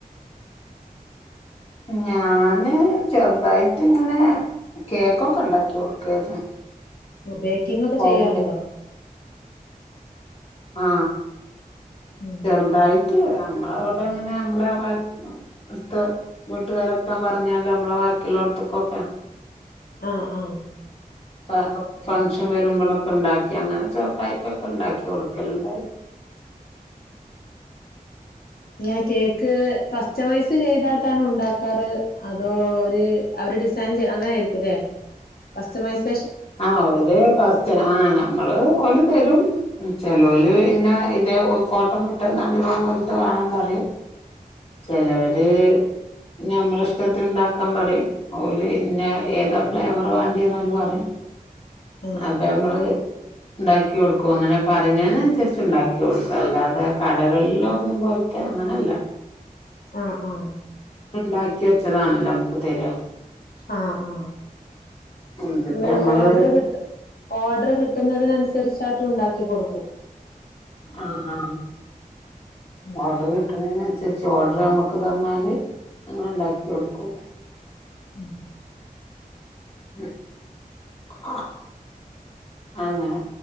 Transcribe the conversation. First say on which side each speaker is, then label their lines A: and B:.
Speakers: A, on the left; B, on the left.
A: ഞാന് ചെറുതായിട്ടിങ്ങനെ കേക്കൊക്കെ ഉണ്ടാക്കി കൊടുക്കായിരുന്നു
B: ബേക്കിങ് ഒക്കെ
A: ഹോം
B: ചെയ്യാറുണ്ടോ?
A: ആ
B: ഉം
A: ചെറുതായി നമ്മളിവിടെ ങ്ങനെ ഞമ്മള് അടുത്ത വീട്ടുകാരൊക്കെ പറഞ്ഞാല് നമ്മള ബാക്കിയൊള്ളോടത്തൊക്കെ
B: അ ആ
A: ആ ഫൻഷൻ വരുമ്പൊളൊക്കെ ഇണ്ടാക്കി അങ്ങനെ ചെറുതായിട്ട് ഒക്കെ ഇണ്ടാക്കി കൊടുക്കലിണ്ടേ
B: എങ്ങനെ കേക്ക് കസ്റ്റമയ്‌സ് ചെയ്തിട്ടാണോ ഉണ്ടാക്കാറ് അതോ അവര് ഡിസൈൻ ചെയ്ത് അങ്ങനെ ആയിരിക്കുല്ലെ കസ്റ്റമയ്‌സ്
A: ആ കസ്റ്റമർ ആ നമ്മൾ ഓല് തരും ചെലോല് ഇന്ന ഇതേ ഫോട്ടം ഇട്ടാ നല്ലത് പോലെത്തെ വേണം പറയും ചെലവര് ഞമ്മളിഷ്ടത്തിന് ഇണ്ടാക്കാൻ പറയും ഓല് ഇന്ന ഏതാ ഫ്ലേവറ് വേണ്ടിയേന്നോല് പറയും
B: ആഹ്
A: അപ്പൊ ഞമ്മള് ഇണ്ടാക്കി കൊടുക്കും അങ്ങനെ പറയുന്നേനനുസരിച്ചു ഉണ്ടാക്കി കൊടുക്കും അല്ലാതെ കടകളിൽ ഒന്നും പോലെത്തെ അങ്ങനെ അല്ല
B: ആഹ് ആഹ്
A: ഇണ്ടാക്കി വെച്ചതാണല്ലോ നമുക്ക് തര്യാ
B: ആഹ് ആഹ്
A: ഇതിപ്പോ
B: ഇങ്ങള്
A: നമ്മള്
B: ഓഡറ് കിട്ടു ഓഡറ് കിട്ടുന്നതിനനുസരിചാട്ട് ഉണ്ടാ ക്കി കൊടുക്കും
A: ആഹ് ആഹ്
B: ഉം
A: ഓഡറ് കിട്ടുന്നതിനനുസരി ച്ച് ഓർഡറ് അമ്മക്ക് തന്നാല് ഞങ്ങളൊണ്ടാക്കി കൊടുക്കും
B: ഉം
A: ഉം <unintelligible> ആ അങ്ങനെ